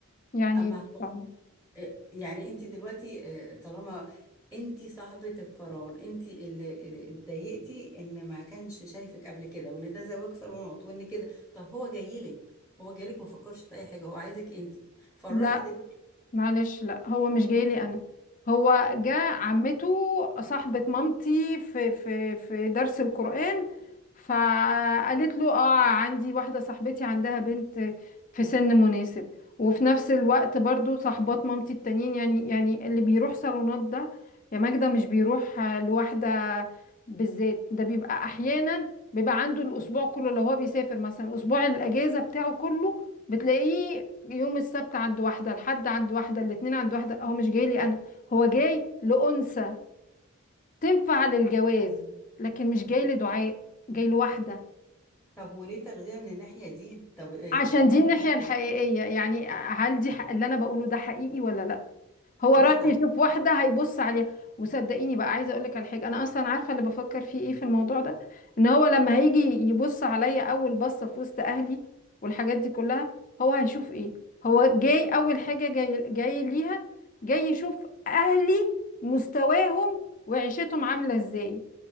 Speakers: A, on the left; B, in the centre.
A: يعني
B: أما
A: مش فاهمة
B: آه، يعني انت دلوقتي آه، طالما انت صاحبة القرار انت اللي آه، اتضايقتي ان ما كانش شايفك قبل كده وان ده زواج صالونات وان كده طب هو جايلك هو جايلك ما فكرش في اي حاجة هو عايزك انت فالرأي
A: لا
B: دلوقتي
A: معلش لا هو مش جاي لي انا هو جاء عمته صاحبة مامتي في في في درس القرآن فقالت له اه عندي واحدة صاحبتي عندها بنت في سن مناسب وفي نفس الوقت برضو صاحبات مامتي التانيين يعني يعني اللي بيروح صالونات ده يا ماجدة مش بيروح آه، لوحده بالذات ده بيبقى احيانا بيبقى عنده الاسبوع كله لو هو بيسافر مثلا اسبوع الاجازة بتاعه كله بتلاقيه يوم السبت عند واحدة الحد عند واحدة الاتنين عند واحدة هو مش جاي لي أنا هو جاي لأنثى تنفع للجواز لكن مش جاي لدعاء جاي لواحدة
B: طب وليه تغذية من الناحية دي طب آه،
A: عشان
B: ممكن
A: دي الناحية الحقيقية يعني هل دي حق اللي أنا بقوله ده حقيقي ولا لأ هو
B: لا
A: رايح يشوف واحدة هيبص عليها وصدقيني بقى عايزة اقولك على حاجة انا اصلا عارفة اللي بفكر فيه ايه في الموضوع ده ان هو لما هيجي يبص عليا اول بصة في وسط اهلي والحاجات دي كلها هو هيشوف ايه هو جاي اول حاجة جاي جاي ليها جاي يشوف اهلي مستواهم وعيشتهم عاملة ازاي